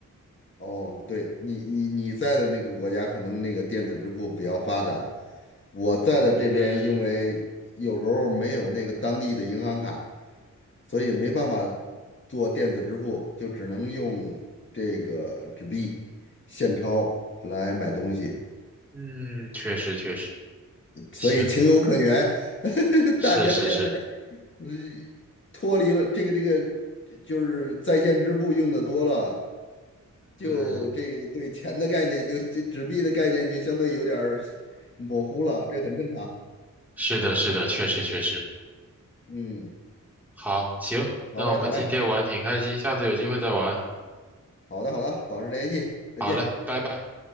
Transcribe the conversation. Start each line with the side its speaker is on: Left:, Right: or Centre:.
Left: 哦，对你，你你在的那个国家可能那个电子支付比较发达，我在的这边因为有时候没有那个当地的银行卡，
Centre: 嗯
Left: 所以没办法做电子支付，就只能用这个纸币现钞来买东西，
Centre: 嗯，确实确实，
Left: 所以情有可原。
Centre: 行，
Left: <laughs>
Centre: 是是是，
Left: 大家现在嗯脱离了这个这个，就是在线支付用的多了，就这个对钱的概念就，
Centre: 嗯，
Left: 这纸币的概念就相对有点儿模糊了，这很正常。
Centre: 是的是的，确实确实，
Left: 嗯，
Centre: 好，行，那我们今天玩挺开心，
Left: 好嘞，好嘞，
Centre: 下次有机会再玩，
Left: 好的，好的，保持联系，再见。
Centre: 好嘞，拜拜。